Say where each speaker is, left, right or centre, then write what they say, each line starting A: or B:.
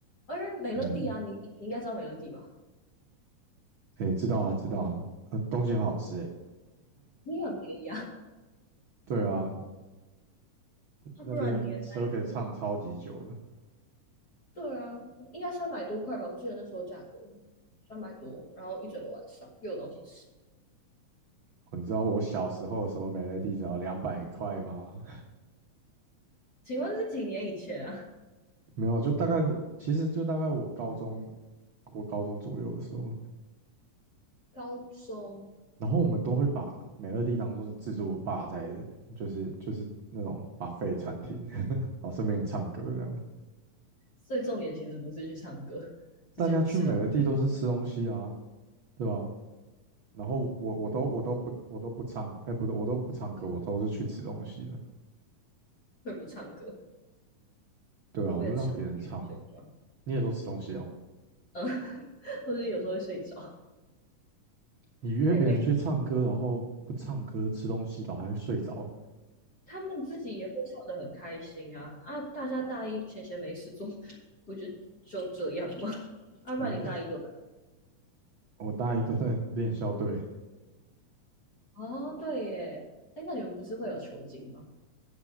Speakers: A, on the left; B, on the right.
A: 而美乐蒂啊，
B: 嗯，
A: 你你应该知道美乐蒂吧？
B: 哎，知道啊，知道啊，很东西很好吃哎。
A: 你也很便宜啊，
B: 对啊，
A: 那不然你也大一个。
B: 那边吃都可以唱超级久的。
A: 对啊，应该三百多块吧？我记得那时候价格三百多，然后一整个晚上又有东西吃。
B: 哦，你知道我小时候的时候，美乐蒂只要两百块吗？
A: 请问是几年以前啊？
B: <laughs> 没有啊，就大概，其实就大概我高中，我高中左右的时候，
A: 高中，
B: 然后我们都会把美乐蒂当做自助吧在，就是就是那种 buffet 餐厅，<laughs> 然后顺便唱歌这样。
A: 所以重点其实不是去唱歌，
B: 大家去美乐蒂都是吃东西啊，
A: 是去吃东西。
B: 对吧？然后我我都我都不我都不唱，哎、不对，我都不唱歌，我都是去吃东西的。
A: 会不唱歌，
B: 对啊，
A: 我也吃东西跟睡觉。
B: 我都让别人唱，你也都吃东西哦。
A: 嗯，<laughs> 或者有时候会睡着，
B: 你约别人去唱歌，
A: 太累。
B: 然后不唱歌吃东西，然后还会睡着，
A: 他们自己也会唱得很开心啊啊！大家大一闲闲没事做，不就就这样吗？啊，
B: 你一个，
A: 不然你大一都在
B: 我大一都在练校队。
A: 哦，对耶，哎，那你们不是会有酬金吗？